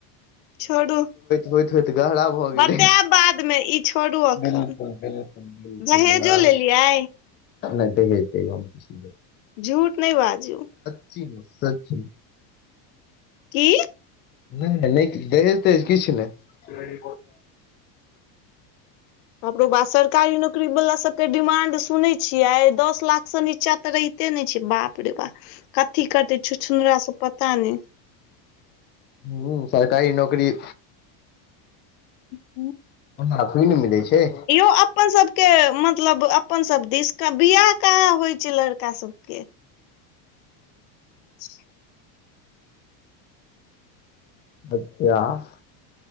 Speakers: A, on the left; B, on the left.
A: छोड़ू
B: होइत होइत गहरा भऽ गेलै
A: बतायब बादमे ई छोड़ू अखन।
B: बिल्कुल बिल्कुल बिल्कुल
A: दहेजो
B: आ
A: लेलियै?
B: नहि दहेज तहेज हम किछ नै लेने छी।
A: झूठ नहि बाजू।
B: की झूठ सच्चे।
A: की।
B: नहि नहि नहि किछ दहेज तहेज किछ नहि।
A: बापरौबा सरकारी नौकरी वला सबके डिमांड सुनै छियै दस लाख स नीच्चा तऽ रहित ते नहि छै बाप रे बा कथी करतै छुछुनरा सब पता नहि।
B: हूँ सरकारी नौकरी
A: <unintelligible>
B: ओना थोड़ि ने मिलै छै।
A: यौ अपन सब के मतलब अपन सब दिश का बियाह कहां होइ छै लड़का सब सबके। <inaudible>
B: हेतै आब।